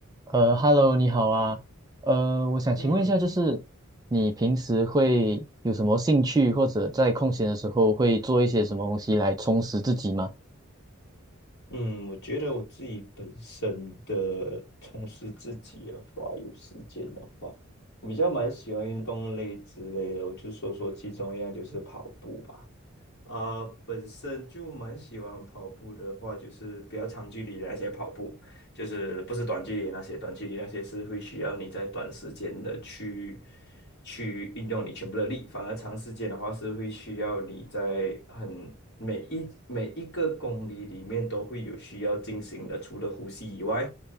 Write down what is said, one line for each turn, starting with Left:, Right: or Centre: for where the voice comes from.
Right: 呃，Hello，你好啊。呃，我想请问一下，
Left: 嗯
Right: 就是你平时会有什么兴趣，或者在空闲的时候会做一些什么东西来充实自己吗？
Left: 嗯，我觉得我自己本身的从事自己的话，有时间的话，我比较蛮喜欢运动类之类的，我就说说其中一样就是跑步吧。啊、本身就蛮喜欢跑步的话，就是比较长距离的那些跑步，就是不是短距离的那些，短距离那些是会需要你在短时间的去去运用你全部的力，反而长时间的话是会需要你在很每一每一个公里里面都会有需要进行的，除了呼吸以外，